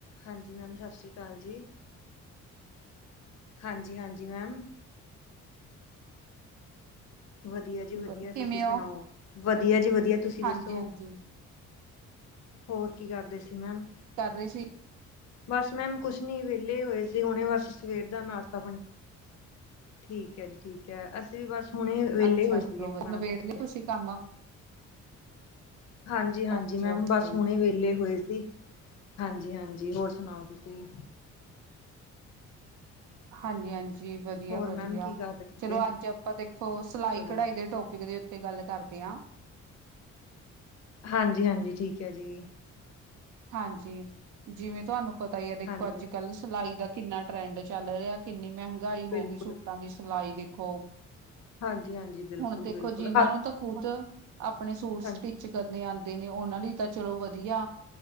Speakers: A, on the left; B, on the right.
A: ਹਾਂਜੀ ਮੈਮ ਸ਼ਸ਼ੀ ਕਾਲ ਜੀ, ਹਾਂਜੀ-ਹਾਂਜੀ ਮੈਮ। ਵਧੀਆ
B: ਕਿਵੇਂ
A: ਜੀ ਵਧੀਆ ਤੁਸੀਂ ਸੁਣਾਓ,
B: ਹੋ?
A: ਵਧੀਆ ਜੀ ਵਧੀਆ ਤੁਸੀਂ
B: ਹਾਂਜੀ
A: ਦੱਸੋ?
B: ਹਾਂਜੀ
A: ਹੋਰ ਕੀ ਕਰਦੇ ਸੀ ਮੈਮ?
B: ਕਰ ਰਹੇ ਸੀ।
A: ਬਸ ਮੈਮ ਕੁਛ ਨੀ ਵਿਹਲੇ ਹੋਏ ਸੀ ਹੁਣੇ ਬਸ ਸਵੇਰ ਦਾ ਨਾਸ਼ਤਾ ਪਾਣੀ, ਠੀਕ ਏ ਜੀ ਠੀ- ਅਸੀਂ ਵੀ ਬਸ ਹੁਣੇ ਵਿਹਲੇ
B: ਅੱਛਾ
A: ਹੋਏ ਸੀਗੇ
B: ਚਲੋ
A: ਖਾਣਾ।
B: ਨਬੇੜ
A: ਖਾ
B: ਲਿਆ ਤੁਸੀਂ
A: ਕੇ।
B: ਕੰਮ
A: ਹਾਂਜੀ-ਹਾਂਜੀ
B: ਓਕੇ
A: ਮੈਮ,
B: ਓਕੇ
A: ਬਸ ਹੁਣੇ ਵਿਹਲੇ ਹੋਏ ਸੀ। ਹਾਂਜੀ-ਹਾਂਜੀ। ਹੋਰ ਸੁਣਾਓ ਤੁਸੀ?
B: ਹਾਂਜੀ-ਹਾਂਜੀ। ਜੀ ਵਧੀਆ-ਵਧੀਆ,
A: ਹੋਰ ਮੈਮ ਕੀ ਕਰ ਰਹੇ ਸੀਗੇ
B: ਚਲੋ ਅੱਜ ਆਪਾਂ ਦੇਖੋ ਸਿਲਾਈ-ਕਢਾਈ
A: ਚਲੋ
B: ਦੇ ਟੋਪਿਕ ਦੇ ਉ- ਤੇ ਗੱਲ ਕਰਦੇ ਹਾਂ।
A: ਹਾਂਜੀ- ਹਾਂਜੀ। ਠੀਕ ਏ ਜੀ।
B: ਹਾਂਜੀ, ਜਿਵੇਂ ਤੁਹਾਨੂੰ ਪਤਾ ਹੀ ਆ ਦੇਖੋ
A: ਹਾਂਜੀ
B: ਅੱਜ-ਕੱਲ੍ਹ ਸਿਲਾਈ ਦਾ ਕਿੰਨਾ ਟਰੈਡ ਚੱਲ ਰਿਹਾ। ਕਿੰਨੀ ਮਹਿੰਗਾਈ ਹੋਗੀ
A: ਬਿਲਕੁਲ
B: ਸੂਟਾਂ ਦੀ ਸਿਲਾਈ ਦੇਖੋ।
A: ਹਾਂਜੀ ਹਾਂਜੀ ਬਿਲਕੁਲ
B: ਹੁਣ ਦੇਖੋ
A: ਬਿਲਕੁਲ
B: ਜਿਨਾਂ
A: ਹੱਥ
B: ਨੂੰ ਤਾਂ ਖੁਦ ਆਪਣੇ ਸੂਟ ਸਟਿੱ-
A: ਹਾਂਜੀ
B: ਚ ਕਰਨੇ ਆਦੇ ਨੇ। ਉਹਨਾਂ ਲਈ ਤਾਂ ਚਲੋ ਵਧੀਆ